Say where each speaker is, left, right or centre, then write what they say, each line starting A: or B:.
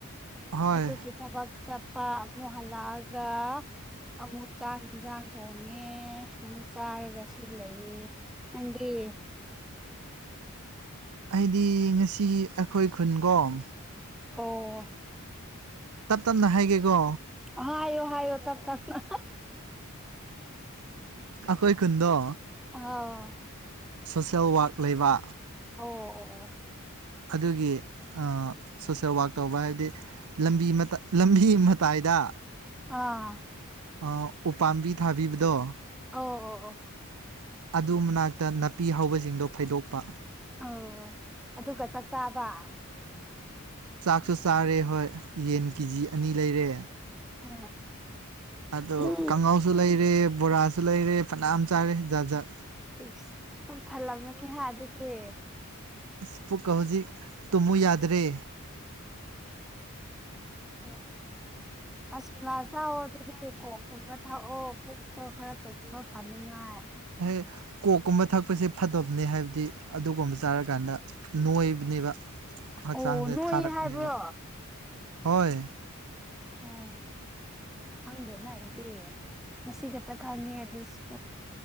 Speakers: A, on the right; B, in the centre.
A: ꯍꯣꯏ
B: ꯑꯗꯨꯒꯤ ꯊꯕꯛ ꯆꯞꯄ ꯑꯃꯨꯛ ꯍꯜꯂꯛꯑꯒ ꯑꯃꯨꯛ ꯆꯥꯛ ꯍꯦꯟꯁꯥꯡ ꯊꯣꯡꯉꯦ ꯃꯨꯛ ꯆꯥꯔꯒ ꯁꯤ ꯂꯩꯔꯦ ꯅꯪꯗꯤ
A: ꯑꯩꯗꯤ ꯉꯁꯤ ꯑꯈꯣꯏ ꯈꯨꯟꯒꯣꯝ
B: ꯍꯣ
A: ꯇꯞ ꯇꯞꯅ ꯍꯥꯏꯒꯦꯀꯣ
B: ꯍꯥꯏꯌꯣ ꯍꯥꯏꯌꯣ ꯇꯞ ꯇꯞꯅ
A: ꯑꯈꯣꯏ ꯈꯨꯟꯗꯣ
B: ꯍꯥꯎ
A: ꯁꯣꯁꯦꯜ ꯋꯛ ꯂꯩꯕ
B: ꯑꯣ ꯑꯣ ꯑꯣ
A: ꯑꯗꯨꯒꯤ ꯑ ꯁꯣꯁꯦꯜ ꯋꯛ ꯇꯧꯕ ꯍꯥꯏꯕꯗꯤ ꯂꯝꯕꯤ ꯃꯇꯠ ꯂꯝꯕꯤ ꯃꯇꯥꯏꯗ
B: ꯑꯥ
A: ꯑ ꯎꯄꯥꯝꯕꯤ ꯊꯥꯕꯤꯕꯗꯣ
B: ꯑꯥꯎ ꯑꯣ ꯑꯣ
A: ꯑꯗꯨ ꯃꯅꯥꯛꯇ ꯅꯥꯄꯤ ꯍꯧꯕꯖꯤꯡꯗꯣ ꯐꯣꯏꯗꯣꯛꯄ
B: ꯑꯣ ꯑꯗꯨꯒ ꯆꯛꯆꯥꯥꯕ
A: ꯆꯥꯛꯁꯨ ꯆꯔꯦ ꯍꯣꯏ ꯌꯦꯟ ꯀꯤꯖꯤ ꯑꯅꯤ ꯂꯩꯔꯦ
B: ꯑ
A: ꯑꯗꯣ
B: ꯑ
A: ꯀꯥꯡꯉꯧ ꯖꯨ ꯂꯩꯔꯦ ꯕꯣꯔꯥꯁꯨ ꯂꯩꯔꯦ ꯐꯅꯌꯥꯝ ꯆꯥꯔꯦ ꯖꯥꯠ ꯖꯥꯠ
B: ꯏꯁ ꯄꯨꯛ ꯊꯜꯂꯝꯃꯅꯤ ꯍꯥ ꯑꯗꯨꯗꯤ
A: ꯑꯁ ꯄꯨꯛꯀ ꯍꯧꯖꯤꯛ ꯇꯨꯝꯃꯨ ꯌꯥꯗ꯭ꯔꯦ
B: ꯑꯣ ꯑꯁ ꯆꯥꯛꯑꯣ ꯑꯗꯨꯗꯤ ꯀꯣꯛꯀꯨꯝꯕ ꯊꯥꯛꯑꯣ ꯄꯨꯛꯇꯣ ꯈꯔ ꯇꯨꯝꯕ ꯐꯅꯤꯡꯉꯥꯏ
A: ꯍꯦꯛ ꯀꯣꯛꯀꯨꯝꯕ ꯊꯛꯄꯁꯦ ꯐꯠꯗꯕꯅꯤ ꯍꯥꯏꯕꯗꯤ ꯑꯗꯨꯒꯨꯝꯕ ꯆꯥꯔꯀꯥꯟꯗ ꯅꯣꯏꯕꯅꯦꯕ ꯍꯛꯆꯥꯡꯁꯦ
B: ꯑꯣ ꯅꯣꯏꯌꯦ
A: ꯊꯥꯔꯛꯄꯅꯦꯕ
B: ꯍꯥꯏꯕ꯭ꯔꯣ
A: ꯍꯣꯏ
B: ꯑꯣ ꯈꯪꯗꯦꯅ ꯑꯩꯗꯤ ꯉꯁꯤꯈꯇ ꯈꯪꯉꯦ ꯑꯗꯨꯁꯨ